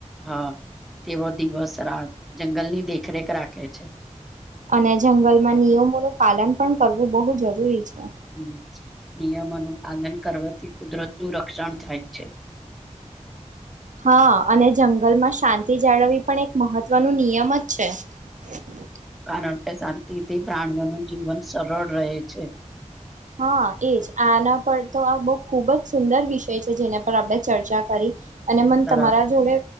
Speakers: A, in the centre; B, on the right.
A: હા, તેઓ દિવસ રાત જંગલની દેખરેખ રાખે છે.
B: અને જંગલમાં નિયમોનું પાલન પણ કરવું બહુ જરૂરી છે.
A: હમ્મ, નિયમોનું પાલન કરવાથી કુદરતનું રક્ષણ થાય છે.
B: હ હા અને જંગલમાં શાંતિ જાળવવી પણ એક મહત્વનું નિયમ જ છે. <unintelligible>
A: કારણ કે શાંતિથી પ્રાણીઓનું જીવન સરળ રહે છે.
B: હા એજ આના પર તો આ બહ ખૂબ જ સુંદર વિષય છે જેના પર આપણે ચર્ચા કરી. અને મન
A: બરાબર
B: તમારા જોડે